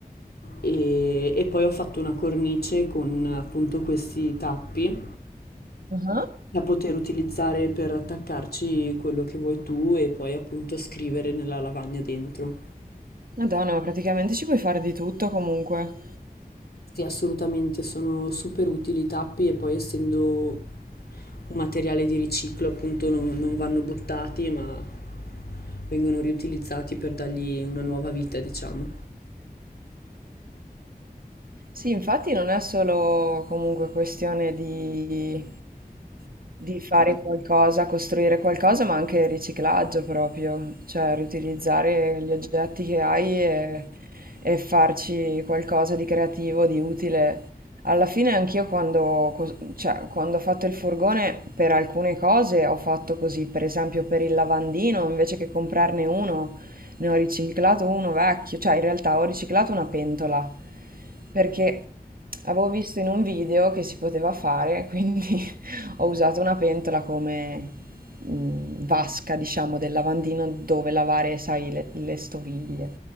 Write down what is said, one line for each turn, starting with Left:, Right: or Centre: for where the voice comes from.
Left: e, e poi ho fatto una cornice con appunto questi tappi
Right: Ah,
Left: da poter utilizzare per attaccarci quello che vuoi tu e poi appunto scrivere nella lavagna dentro.
Right: Madonna, ma praticamente ci puoi fare di tutto comunque.
Left: Sì, assolutamente, sono super utili i tappi e poi essendo un materiale di riciclo, appunto, non, non vanno buttati, ma vengono riutilizzati per dargli una nuova vita, diciamo.
Right: Sì, infatti non è solo comunque questione di di fare qualcosa, costruire qualcosa, ma anche riciclaggio proprio, cioè riutilizzare gli oggetti che hai e, e farci qualcosa di creativo, di utile. Alla fine anch'io quando, cos- cioè, quando ho fatto il furgone per alcune cose ho fatto così, per esempio per il lavandino, invece che comprarne uno, ne ho riciclato uno vecchio, cioè in realtà ho riciclato una pentola perché avevo visto in un video che si poteva fare, quindi <laughs> Ho usato una pentola come, mhmm, vasca, diciamo, del lavandino dove lavare, sai, le le stoviglie.